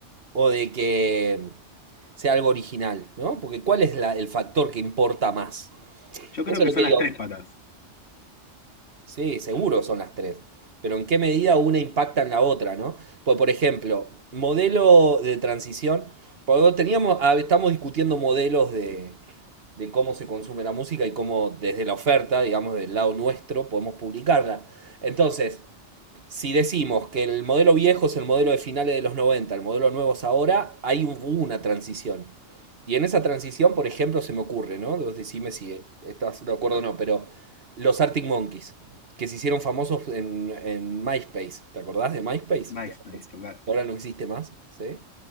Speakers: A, on the right; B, on the left.
A: ¿O de que sea algo original? ¿No? Porque ¿cuál es la- el factor que importa más?
B: Yo creo
A: Eso
B: que
A: es lo
B: son
A: que
B: las
A: digo.
B: tres patas.
A: Sí, seguro son las tres. Pero ¿en qué medida una impacta en la otra, ¿no? Pues, por ejemplo, modelo de transición. Porque teníamos, ah, estamos discutiendo modelos de, de cómo se consume la música y cómo desde la oferta, digamos, del lado nuestro, podemos publicarla. Entonces, si decimos que el modelo viejo es el modelo de finales de los noventa el modelo nuevo es ahora, hay un- una transición. Y en esa transición, por ejemplo, se me ocurre, ¿no? Vos Decime si eh, estás de acuerdo o no, pero los Arctic Monkeys, que se hicieron famosos en, en MySpace, ¿te acordás de MySpace?
B: MySpace,
A: Que
B: total.
A: ahora no existe más, ¿sí?